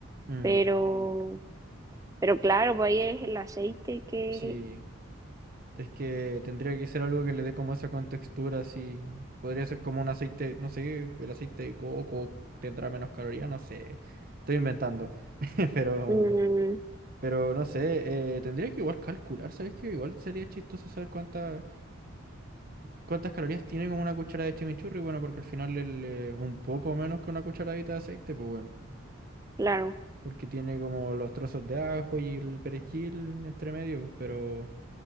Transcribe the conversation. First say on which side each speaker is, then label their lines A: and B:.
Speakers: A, on the right (about 45°); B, on the right (about 15°).
A: Mm,
B: Pero, pero claro, pues ahí es el aceite que...
A: sí, es que tendría que ser algo que le dé como esa contextura, así. Podría ser como un aceite, no sé, el aceite de coco tendrá menos calorías, no sé. Estoy inventando. <laughs> Pero,
B: mm,
A: pero no sé, eh, tendría que igual calcular, ¿sabes qué? Igual sería chistoso saber cuántas cuántas calorías tiene como una cuchara de chimichurri, bueno, porque al final el, eh, un poco menos que una cucharadita de aceite, pues bueno.
B: claro,
A: porque tiene como los trozos de ajo y el perejil entre medio, pues, pero